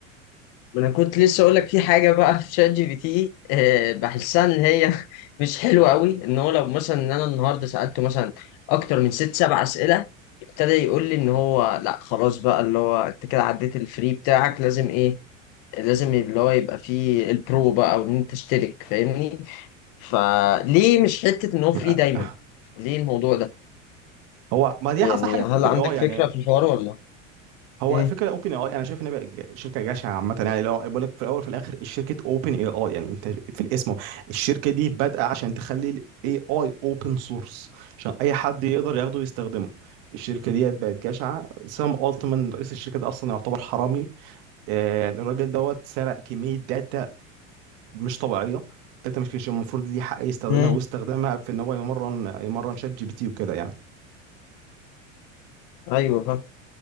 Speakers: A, on the left; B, on the right.
A: ما انا كنت لسه اقول لك في حاجه بقى في شات جي بي تي آه، بحسها ان هي <laughs> مش حلوه قوي ان هو لو مثلا ان انا النهارده سالته مثلا اكتر من ست سبع اسئله ابتدى يقول لي ان هو لا خلاص بقى اللي هو انت كده عديت الفري بتاعك لازم ايه لازم اللي هو يبقى فيه البرو بقى او ان انت تشترك فاهمني فليه مش حته ان هو فري
B: <laughs>
A: دايما ليه الموضوع ده
B: هو ما دي
A: يعني
B: اصلا حاجه
A: هل
B: في اوبن
A: عندك
B: اي اي يعني
A: فكره في الحوار ولا
B: هو
A: امم
B: الفكره اوبن اي اي انا شايف ان بقى ج- شركه جشعه عامه يعني لو بقول لك في الاول وفي الاخر الشركه اوبن اي اي يعني انت في الاسم الشركه دي بادئه عشان تخلي الاي اي اوبن سورس عشان اي حد يقدر ياخده ويستخدمه الشركه دي بقت جشعه سام التمان رئيس الشركه ده اصلا يعتبر حرامي آه، يعني الراجل دوت سرق كمية داتا مش طبيعية داتا مش مش المفروض ليه حق يستخدمها
A: امم
B: واستخدامها في ان هو يمرن يمرن شات جي بي تي وكده يعني
A: ايوه